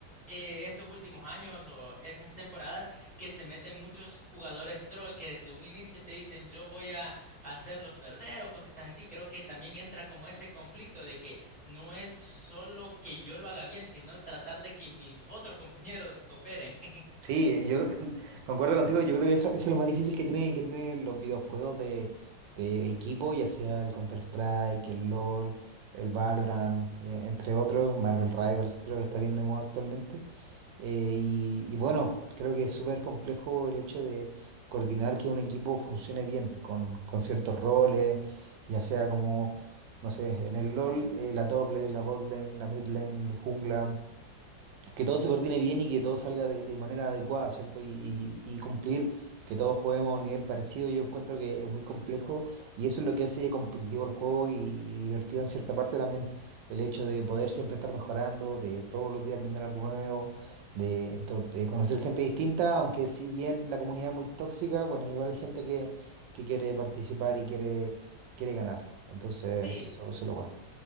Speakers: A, in the centre; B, on the right (about 80°).
A: eh, estos últimos años o estas temporadas que se meten muchos jugadores troll que desde un inicio te dicen yo voy a hacerlos perder o cositas así, creo que también entra como ese conflicto de que no es solo que yo lo haga bien, sino tratar de que mis otros compañeros cooperen. <laughs>
B: Sí, yo <laughs> concuerdo contigo, yo creo que eso, eso es lo más difícil que tiene, que tienen los videojuegos de, de equipo, ya sea el Counter-Strike, el LoL, el Valorant, eh, entre otros, Marvel Rivals creo que está bien de moda actualmente. Eh, y, y bueno, creo que es súper complejo el hecho de coordinar que un equipo funcione bien con, con ciertos roles, ya sea como, no sé, en el LoL, eh, la top lane, la bot lane, la mid lane, el jungla que todo se coordine bien y que todo salga de, de manera adecuada, ¿cierto? Y, y- y cumplir que todos juguemos a un nivel parecido, yo encuentro que es muy complejo y eso es lo que hace competitivo el juego y, y divertido en cierta parte también, el hecho de poder siempre estar mejorando, de todos los días aprender algo nuevo, de, to- de conocer gente distinta, aunque si bien la comunidad es muy tóxica, bueno, igual hay gente que, que quiere participar y quiere, quiere ganar. Entonces,
A: Sí.
B: eso, eso es lo bueno.